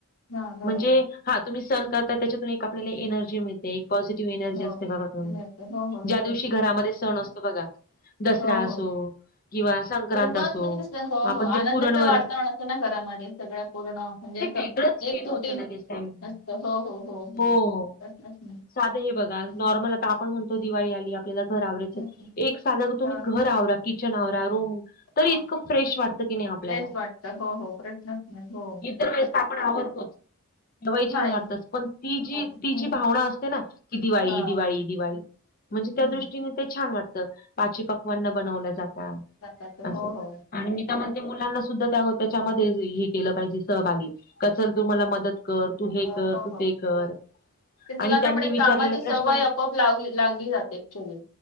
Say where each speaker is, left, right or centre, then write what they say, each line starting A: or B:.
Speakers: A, on the left (about 75°); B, on the left (about 40°).
A: हा बरोबर.
B: म्हणजे हा तुम्ही सण करता तेच्यातुन एक. आपल्याला
A: हं.
B: एनर्जी मिळते. एक पॉजिटीव्ह एनर्जी
A: हो.
B: असते बघा तुम्ही
A: मिळते. हो हो
B: ज्यादिवशी.
A: हो.
B: घरामध्ये सण असतो बघा दसरा
A: हो
B: असो.
A: हो.
B: किंवा संक्रांत
A: तेव्हाच
B: असो,
A: म्हणजे कसं हो
B: आपण
A: हो
B: जे
A: आनंदाचं
B: पुरणवर
A: वातावरण असतं ना घरामध्ये सगळं पूर्ण म्हणजे
B: ते
A: असं
B: वेगळंच
A: एकजुटीन
B: फील होतं लगेच त्यावेळेला
A: असतं. हो हो
B: हो.
A: तसंच ना.
B: साध हे बघा.
A: हं.
B: नॉर्मल आता आपण म्हणतो
A: हं.
B: दिवाळी आली. आपल्याला घर आवरायचं
A: हं.
B: एक साधं तुम्ही
A: हां.
B: घर आवरा किचन आवरा रूम. तरी
A: हो
B: इतकं फ्रेश वाटतं की नाही आपल्याला.
A: फ्रेश वाटत, हो हो प्रश्नच नाही हो.
B: त्या वेळेस आपण आवरतोच. तेव्हा ही
A: नाही
B: छान वाटतंच. पण ती जी
A: अग-
B: ती
A: हं,
B: जी भावना असते ना, की दिवाळी
A: हा
B: दिवाळी दिवाळी. म्हणजे त्या
A: हम्म.
B: दृष्टीने ते छान वाटतं. पाची पकवान बनवल्या जातात.
A: जातात ते
B: असं
A: हो हो.
B: आणि मी तर म्हणते, मुलांना सुद्धा त्या तेच्यामध्ये हे केलं पाहिजे सहभागी. का चल तू मला मदत कर, तू हे
A: तर
B: कर
A: हो
B: तू ते
A: हो
B: कर.
A: ते मुलांना
B: आणि त्यांनी
A: म्हणे
B: विचारलेल्या
A: कामाची
B: प्रश्नां
A: सवय आपोआप लागली जाते एक्च्युली.